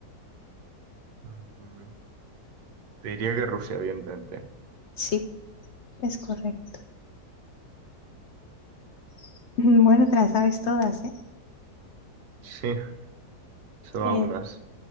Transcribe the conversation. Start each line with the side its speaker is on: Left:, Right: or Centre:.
Right: Mm, Te diría que Rusia, evidentemente.
Left: Sí, es correcto. <laughs> Bueno, te las sabes todas, ¿eh?
Right: Sí. Son
Left: Sí,
Right: algunas.